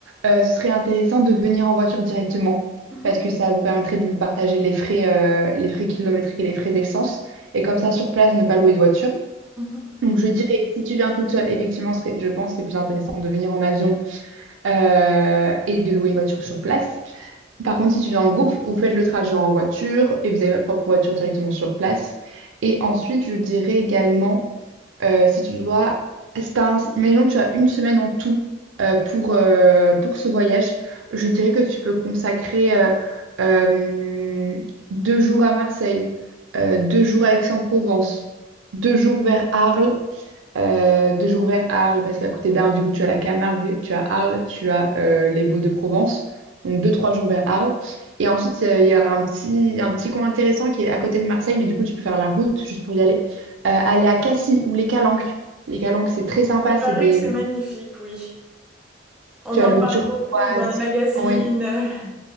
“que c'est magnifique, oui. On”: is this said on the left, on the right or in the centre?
Centre